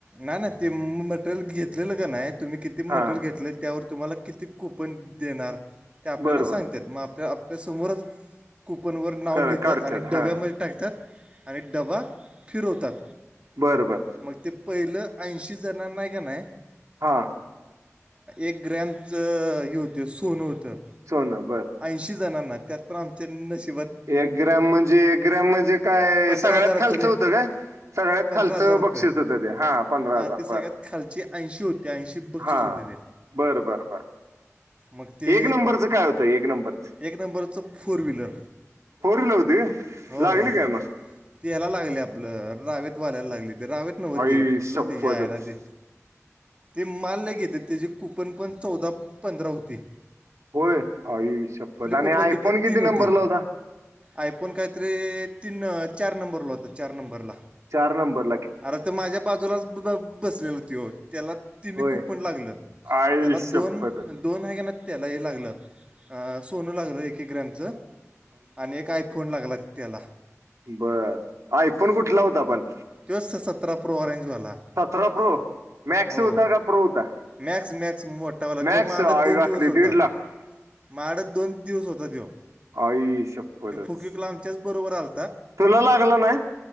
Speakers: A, on the right (about 20°); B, on the right (about 75°).
A: नाही ना ते मटेरियल घेतलेलं का नाही, तुम्ही किती मटेरियल
B: हा
A: घेतले? त्यावर तुम्हाला किती कूपन देणार. ते आपल्याला
B: बरं
A: सांगतेत.
B: बर
A: मग आपल्या आपल्यासमोरच कुपनवर नाव
B: कर
A: लिहितात,
B: काढतात
A: आणि डब्यामध्ये
B: हा
A: टाकतात, आणि डबा फिरवतात.
B: बरं बर
A: मग ते पहिलं ऐंशी जणांनाय का नाही.
B: हा.
A: एक ग्रॅमचं हे होत सोनं होतं,
B: सोनं बर
A: ऐंशी जणांना. म त्यात पण आमचं नशीब
B: एक ग्राम म्हणजे? एक ग्राम म्हणजे काय?
A: पंधरा
B: सगळ्यात
A: हजाराचं
B: खालच
A: रे
B: होतं काय? सगळ्यात
A: पंधरा
B: खालच
A: हजार रुपये
B: बक्षीसस होत ते. पंधरा
A: हां
B: हजार
A: ते सगळ्यात
B: बर,
A: खालची ऐंशी होते ऐंशी बक्षीस
B: हा.
A: होते ते
B: बरं, बरं, बरं.
A: मग ते,
B: एक नंबरचं काय होतं एक नंबरच
A: एक नंबरचं फोर व्हीलर.
B: फोर व्हीलर होती
A: हो
B: लागली
A: हो
B: काय मग
A: ते याला लागल्या आपलं रावेत वाल्याला लागली रावेत नव
B: आई
A: ते कुठलं
B: शपथच
A: ते जायाला ते ते माल लय घेतेत त्याचे कुपन पण चौदा पंधरा होते
B: होय आई शपत
A: कुपन
B: आणि आयफोन किती
A: तीन होती
B: नंबर ला होता
A: आयफोन काही तरी तीन चार नंबरला होत चार नंबरला
B: चार नंबर
A: अर तो माझ्या बाजूला सुद्धा बसलेल तो त्याला तिन्ही
B: होय
A: कुपन लागलं
B: आई
A: त्याला
B: शपथच
A: दोन दोन आहे का त्याला हे लागलं सोनं लागलं एक एक ग्रॅमचं आणि एक आयफोन लागला त्याला
B: बरं, आयफोन कुठला होता पण.
A: तो स सतरा प्रो ऑरेंजवाला
B: सतरा प्रो. मॅक्स
A: हो
B: होता का? प्रो होता.
A: मॅक्स मॅक्स मोठावाला
B: मॅक्स
A: तो माडत दोन
B: घातली
A: दिवस होता,
B: दीड लाख
A: माडत दोन दिवस होता त्यो.
B: आई शपथ
A: तो फुकिकला
B: च.
A: आमच्याच बरोबर आल
B: तुला लागला नाही.